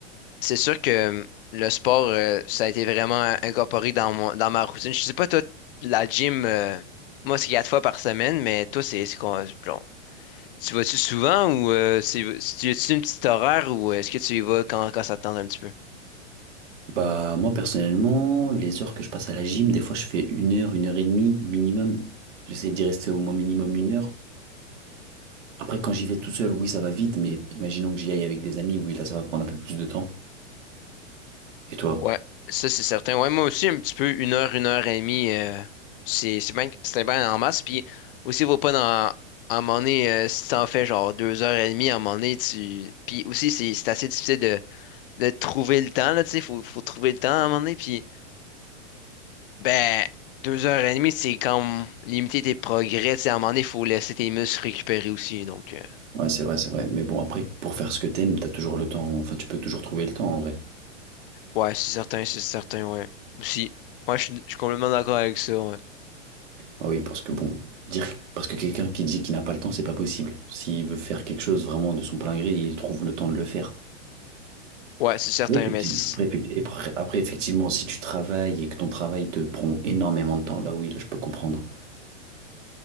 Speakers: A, on the left; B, on the right.
A: c'est sûr que euh, le sport, euh, ça a été vraiment incorporé dans mon, dans ma routine. Je sais pas, toi, la gym, euh, moi, c'est quatre fois par semaine, mais toi, c'est c'est quoi? bon, tu vas-tu souvent ou euh, c'est, tu as-tu une petite horaire ou euh, est-ce que tu y vas quand, quand ça te tente un petit peu?
B: Bah, moi, personnellement, les heures que je passe à la gym, des fois, je fais une heure, une heure et demie minimum. J'essaie d'y rester au moins minimum une heure. Après, quand j'y vais tout seul, oui, ça va vite, mais imaginons que j'y aille avec des amis, oui, là, ça va prendre un peu plus de temps. Et toi?
A: Ouais, ça c'est certain. Ouais, moi aussi, un petit peu, une heure, une heure et demie, euh, c'est c'est bien, c'était bien en masse. Puis aussi, vaut pas dans, à un moment donné, euh, si t'en fais genre deux heures et demie, à un moment donné, tu. Puis aussi, c'est c'est assez difficile de, de trouver le temps, là, tu sais, faut, faut trouver le temps à un moment donné. Puis, ben, deux heures et demie, c'est comme limiter tes progrès, tu sais, à un moment donné, faut laisser tes muscles récupérer aussi. Donc, euh,
B: Ouais, c'est vrai, c'est vrai. Mais bon, après, pour faire ce que t'aimes, t'as toujours le temps. Enfin, tu peux toujours trouver le temps, en vrai.
A: ouais, c'est certain, c'est certain, ouais. Aussi, moi, je suis je suis complètement d'accord avec ça, ouais.
B: Ah oui, parce que bon, dire, parce que quelqu'un qui dit qu'il n'a pas le temps, c'est pas possible. S'il veut faire quelque chose vraiment de son plein gré, il trouve le temps de le faire.
A: Ouais, c'est certain,
B: Oui, effectivement.
A: mais c'est.
B: Après, effecti- et pr- après, effectivement, si tu travailles et que ton travail te prend énormément de temps, là oui, là je peux comprendre.